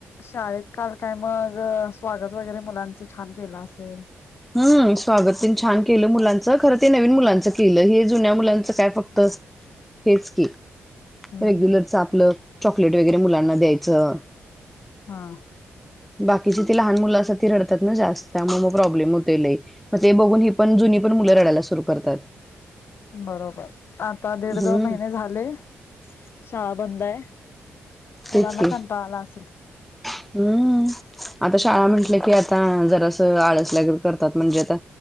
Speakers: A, on the left; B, in the centre.
A: शाळेत काल काय मग स्वागत वगैरे मुलांचं छान केलं असेल
B: हम्म स्वागतने छान केलं मुलांचं खरं ते नवीन मुलांच केलं हे जुन्या मुलांचं काय फक्त हेच के
A: हम्म
B: रेग्युलर
A: हम्म
B: आपलं चॉकलेट वगैरे मुलांना द्यायचं
A: हा
B: बाकीची ती लहान मुलं असत ती रडतात ना जास्त मग मग प्रॉब्लेम होते ल मग ते बघून ही पण जुनी पण मुलं रडायला सुरू करतात
A: बरोबर आता दीड,
B: हम्म
A: दोन, महिने झाले शाळा बंद आहे. मुलांना
B: तेच की
A: कंटाळा आला असल.
B: हम्म आता शाळा म्हटलं की आत आता जरास आळसल्यागत करतात म्हणजे आता